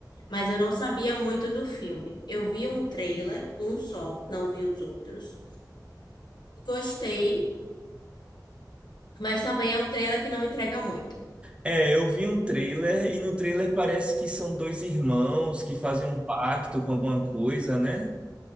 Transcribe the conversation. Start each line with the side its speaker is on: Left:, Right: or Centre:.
Left: mas eu não sabia muito do filme. Eu vi um trailer, um só, não vi os outros. Gostei, mas também é um trailer que não entrega muito.
Right: É, eu vi um trailer e no trailer parece que são dois irmãos que fazem um pacto com alguma coisa, né?